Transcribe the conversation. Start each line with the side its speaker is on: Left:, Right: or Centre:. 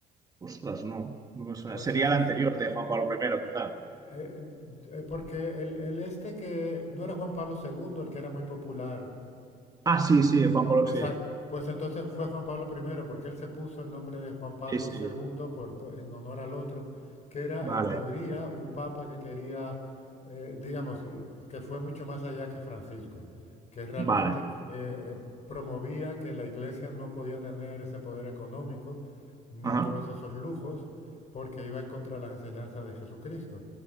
Right: Ostras, no, no me suena.
Left: Pues
Right: Sería
Left: eso,
Right: la
Left: f-
Right: anterior de Juan Pablo primero quizá.
Left: eh, eh, porque el, el este que no era Juan Pablo segundo, el que era muy popular,
Right: Ah, sí, sí, Juan Pablo,
Left: Exacto.
Right: sí.
Left: Pues entonces fue Juan Pablo primero porque él se puso el nombre de Juan Pablo
Right: Sí, sí.
Left: segundo por, por- en honor al otro, que era
Right: Vale,
Left: en teoría un papa que quería, eh, digamos, eh, que fue mucho más allá que Francisco, que realmente
Right: vale.
Left: eh, eh, promovía que la iglesia no podía tener ese poder económico ni
Right: Ajá,
Left: todos esos lujos, porque iba en contra de las enseñanzas de Jesucristo.